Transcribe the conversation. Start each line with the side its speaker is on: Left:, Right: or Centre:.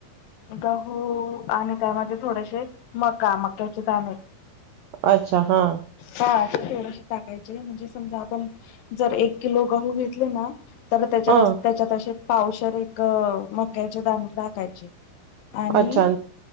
Left: गहू आणि त्यामध्ये थोडेसे मका. मक्याचे दाणे.
Right: अच्छा, हा.
Left: हा ते थोडशी टाकायचे. म्हणजे समजा आपण जर एक किलो गहू घेतले ना. तर त्याच्या
Right: हा
Left: र त्याच्यात असे पावशर एक मक्याचे दाने टाकायचे. आणि
Right: अच्छा